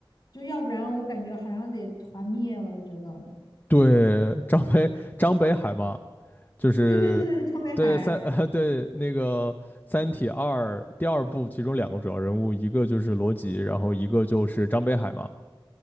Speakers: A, on the left; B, on the left.
A: 就要不然我感觉好像得团灭了，我觉得。
B: 对，张北张北海嘛，就是对三
A: 对对对对，张北海。
B: <laughs> 对那个《三体二》第二部，其中两个主要人物，一个就是罗辑，然后一个就是张北海嘛。